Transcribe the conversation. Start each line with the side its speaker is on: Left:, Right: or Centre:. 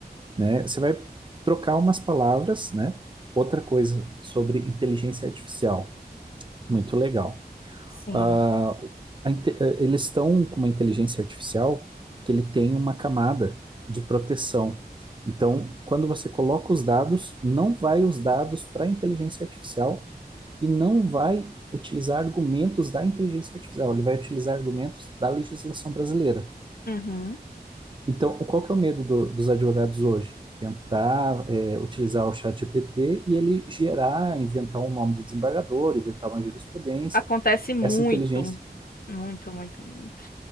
Right: né, você vai trocar umas palavras, né, outra coisa sobre inteligência artificial, muito legal.
Left: Sim.
Right: Ah, a inte- eh, eles estão com uma inteligência artificial que ele tem uma camada de proteção. Então, quando você coloca os dados, não vai os dados para a inteligência artificial e não vai utilizar argumentos da inteligência artificial, ele vai utilizar argumentos da legislação brasileira.
Left: Uhum.
Right: Então, qual que é o medo do- dos advogados hoje? Tentar eh, utilizar o chat GPT e ele gerar, inventar um nome de desembargador, inventar uma jurisprudência
Left: Acontece muito,
Right: essa inteligência
Left: muito, muito, muito.